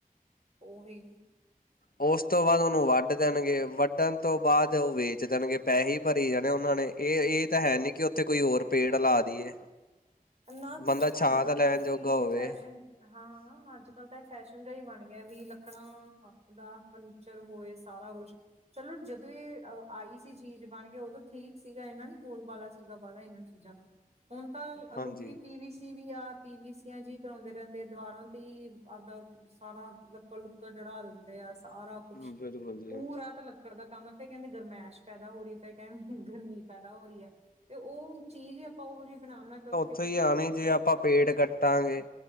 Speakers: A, on the right (about 45°); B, on the left (about 80°).
A: ਔਵੀ।
B: ਉਸ ਤੋਂ ਬਾਦ ਉਨੂੰ ਵੱਢ ਦੇਨਗੇ ਵੱਢਨ ਤੋਂ ਬਾਦ ਉਹ ਵੇਚ ਦੇਨਗੇ ਪੈਸੇ ਭਰੀ ਜਾਣੇ ਉਨਾਂ ਨੇ। ਏ ਇਹ ਤਾਂ ਹੈ ਨੀ ਕਿ ਓਥੇ ਕੋਈ ਹੋਰ ਪੇੜ ਲਾ ਦੀਏ
A: ਨਾ ਕੁੱਛ
B: ਬੰਦਾ
A: ਨੀ
B: ਛਾਂ
A: ਅੱਜ ਕੱਲ
B: ਲੈਣ
A: ਤਾਂ ਕੀ
B: ਜੋਗਾ ਹੋਵੇ
A: ਏ ਫੈਸ਼ਨ ਹਾਂ ਅੱਜ ਕਲ ਤਾਂ ਫੈਸ਼ਨ ਜਾ ਈ ਬਣ ਗਿਆ ਵੀ ਲੱਕੜਾਂ ਦਾ ਫਰਨਿਚਰ ਹੋਵੇ ਸਾਰਾ ਕੁੱਛ ਚਲੋ ਜਦੋਂ ਏ ਅ ਆਈ ਸੀ ਚੀਜ਼ ਬਣ ਕੇ ਉਦੋਂ ਠੀਕ ਸੀਗਾ ਇਨਾਂ ਨੀ ਬੋਲਬਾਲਾ ਸੀਗਾ ਵਾਲਾ ਇਨਾਂ ਚੀਜ਼ਾਂ ਦਾ ਹੁਣ ਤਾਂ ਆ ਲੋਕੀ
B: ਹਾਂਜੀ
A: ਪੀ ਵੀ ਸੀ ਵੀ ਆ ਪੀ ਵੀ ਸੀ ਆਂ ਜੀ ਕਰਾਉਂਦੇ ਰੇਂਦੇ ਦੀਵਾਰਾਂ ਤੇ ਆਪਦਾ ਸਾਰਾ ਲੁੱਕਾ ਚੜਾ ਦਿੰਦੇ ਆ ਸਾਰਾ ਕੁੱਛ
B: ਬਿਲਕੁਲ ਜੀ
A: ਪੂਰਾ ਤਾਂ ਲ ਲੱਕੜ ਦਾ ਕੰਮ ਆ ਫੇਰ ਕਹਿੰਦੇ ਗਰਮੈਸ਼ ਪੈਦਾ ਹੋਰੀ ਫੇਰ ਕੈਣ ਗਰਮੀ ਪੈਦਾ ਹੋਰੀ ਐ ਤੇ ਔ ਚੀਜ਼ ਈ ਆਪਾਂ ਉਹੋ ਜਿਹੀ ਬਣਾਉਣਾ <unintelligible>
B: ਉੱਥੇ ਈ ਆਣੀ ਜੇ ਆਪਾਂ ਪੇੜ ਕੱਟਾਂਗੇ।